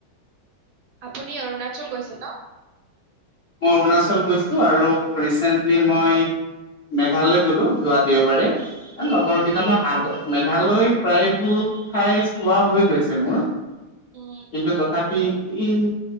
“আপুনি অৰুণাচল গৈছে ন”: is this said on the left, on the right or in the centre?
Right